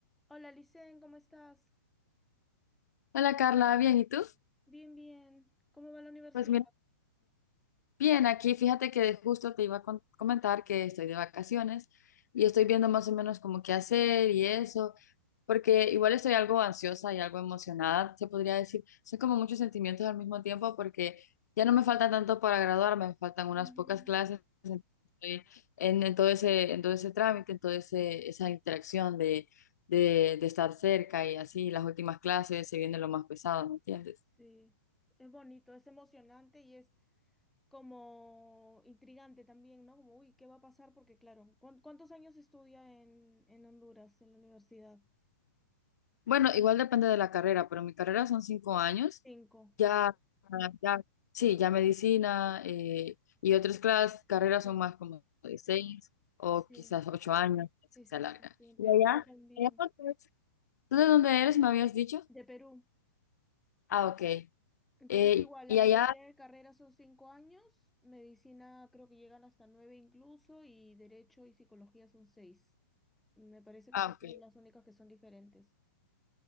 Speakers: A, in the centre; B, on the left.
A: Hola, Licen, ¿cómo estás?
B: Hola Carla, bien, ¿y tú?
A: Bien, bien. ¿Cómo va la universidad?
B: Pues mira, Bien, aquí fíjate que justo te iba a con- comentar que estoy de vacaciones y estoy viendo más o menos como qué hacer y eso, porque igual estoy algo ansiosa y algo emocionada, se podría decir. Son como muchos sentimientos al mismo tiempo porque ya no me falta tanto para graduarme, me faltan unas
A: Ujú,
B: pocas clases, entonces estoy en, en todo ese, en todo ese trámite, en toda esa interacción de, de, de estar cerca y así, las últimas clases se viene lo más pesado, ¿me entiendes?
A: Sí, es bonito, es emocionante y es como intrigante también, ¿no? Como, uy, ¿qué va a pasar? Porque, claro, ¿cuán- ¿cuántos años estudia en, en Honduras, en la universidad?
B: Bueno, igual depende de la carrera, pero mi carrera son cinco años.
A: Cinco, claro.
B: Ya, ya, sí, ya medicina eh, y otras clases, carreras
A: Sí,
B: son más como de seis o
A: sí,
B: quizás ocho años, así
A: sí, sí,
B: se alarga.
A: sí, sí.
B: ¿Y
A: En
B: allá?
A: Perú también.
B: allá por qué es? ¿Tú de dónde eres? ¿Me habías dicho?
A: De Perú.
B: Ah, ok. Eh,
A: Pero es igual,
B: y
A: la mayoría
B: allá,
A: de carreras son cinco años, medicina creo que llegan hasta nueve incluso, y derecho y psicología son seis. Me parece que
B: ah,
A: esas
B: ok.
A: son las únicas que son diferentes.